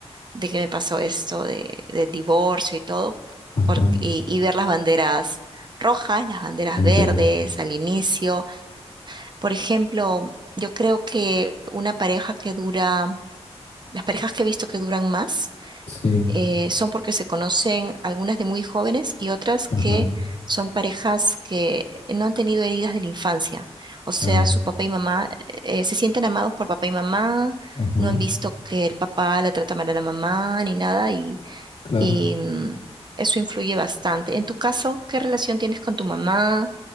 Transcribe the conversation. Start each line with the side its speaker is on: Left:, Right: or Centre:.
Right: de que me pasó esto de, del divorcio y todo,
Left: Ajá.
Right: por- y, y ver las banderas rojas, las banderas
Left: Entiendo.
Right: verdes al inicio. Por ejemplo, yo creo que una pareja que dura, las parejas que he visto que duran más,
Left: Sí.
Right: eh, son porque se conocen algunas de muy jóvenes y otras que
Left: Ajá.
Right: son parejas que no han tenido heridas de la infancia. O sea,
Left: Ah,
Right: su papá y mamá, eh, se sienten amados por papá y mamá,
Left: ajá.
Right: no han visto que el papá la trata mal a la mamá ni nada y
Left: Claro.
Right: y mm, eso influye bastante. En tu caso, ¿qué relación tienes con tu mamá,